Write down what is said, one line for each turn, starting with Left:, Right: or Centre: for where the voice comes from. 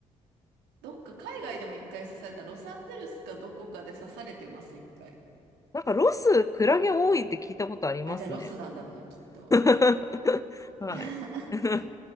Right: どっか海外でも一回刺された、ロサンゼルスかどこかで刺されてます、一回。
Left: なんかロス、クラゲ多いって聞いたことありますね。
Right: あ、じゃあロスなんだろうな、きっと。
Left: <laughs> はい。
Right: <laughs>
Left: <laughs>